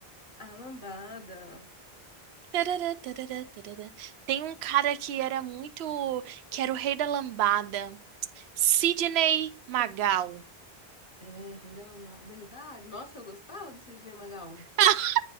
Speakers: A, on the left; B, on the right.
A: a lambada?
B: Tarará, tarará, tarará. Tem um cara que era muito, que era o rei da lambada, Sidney Magal.
A: É, Rei da Lambada. Verdade. Nossa, eu gostava do Sidney Magal.
B: <laughs>